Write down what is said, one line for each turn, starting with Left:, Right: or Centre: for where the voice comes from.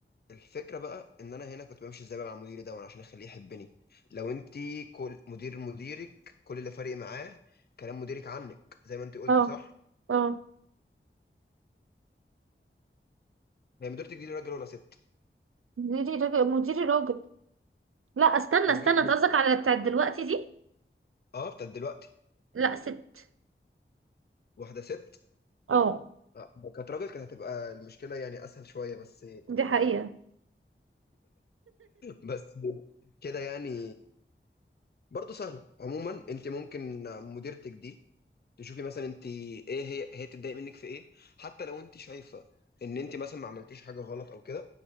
Left: الفكره بقى ان انا هنا كنت بمشي ازاي بقى مع مديري ده وانا عشان اخليه يحبني لو انت كل مدير مديرك كل اللي فارق معاه كلام مديرك عنك زي ما انت قلتي
Right: اه
Left: صح
Right: اه
Left: هي مديرتك دي راجل ولا ست
Right: مديري راجل مديري راجل لا استنى
Left: راجل
Right: استنى انت قصدك على بتاعت دلوقتي دي
Left: اه بتاعت دلوقتي
Right: لا ست
Left: واحده ست
Right: اه
Left: آه، كانت راجل كانت هتبقى المشكله يعني اسهل شويه بس
Right: دي حقيقة
Left: بس كده يعني برضه سهله عموما انت ممكن مديرتك دي تشوفي مثلا انت ايه هي هي بتتضايق منك في ايه حتى لو انت شايفه ان انت مثلا ما عملتيش حاجه غلط او كده